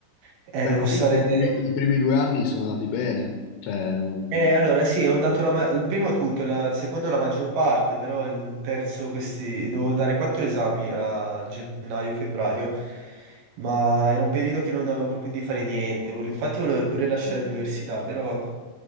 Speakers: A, on the right; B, on the left.
A: eh,
B: Beh,
A: devo
B: comunque
A: stare,
B: i primi, i primi due anni sono andati bene. Cioè, mh,
A: eh, allora sì, ho dato la ma- il primo tutto, la- il secondo la maggior parte, però il terzo questi, dovevo dare quattro esami a gennaio-febbraio, ma era un periodo che non avevo proprio di fare niente, vol- infatti volevo pure lasciare Mm. l'università, però